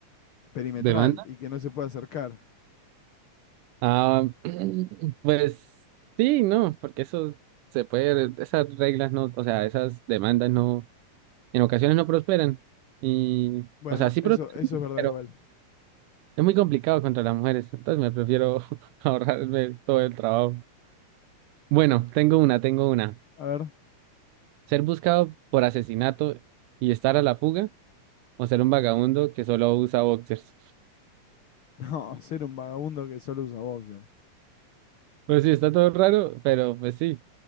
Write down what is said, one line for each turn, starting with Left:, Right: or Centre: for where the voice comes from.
Left: perimetral
Right: ¿Demanda?
Left: y que no se pueda acercar.
Right: Ah, <clears throat> pues sí, no, porque eso se puede, esas reglas no, o sea, esas demandas no, en ocasiones no prosperan. Y,
Left: Bueno,
Right: o sea, sí prosperan,
Left: eso, eso es verdad
Right: pero
Left: igual.
Right: es muy complicado contra las mujeres, entonces me prefiero <laughs> ahorrarme todo el trabajo. Bueno, tengo una, tengo una.
Left: A ver,
Right: Ser buscado por asesinato y estar a la fuga, o ser un vagabundo que solo usa boxers.
Left: <laughs> no, ser un vagabundo que solo usa boxer.
Right: Pues sí, está todo raro, pero pues sí.